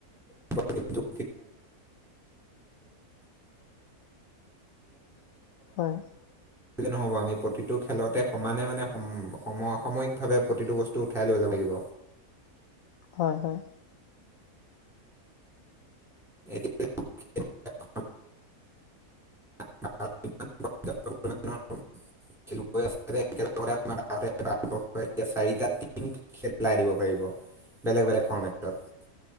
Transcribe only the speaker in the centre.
ভ <unintelligible> <unintelligible>
নহব আমি প্ৰতিটো খেলতে সমানে মানে সমসাময়িকভাৱে প্ৰতিটো বস্তু উঠাই লৈ যাব লাগিব।
<unintelligible> <unintelligible> এতিয়া চাৰিটা টম খেলাই দিব পাৰিব বেলেগ বেলেগ ফৰ্মেতত।